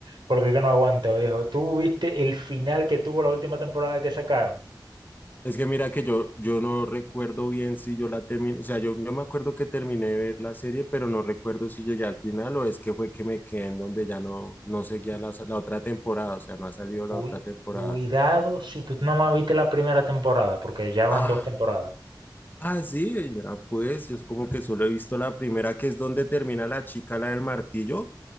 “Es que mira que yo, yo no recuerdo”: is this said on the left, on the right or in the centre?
Left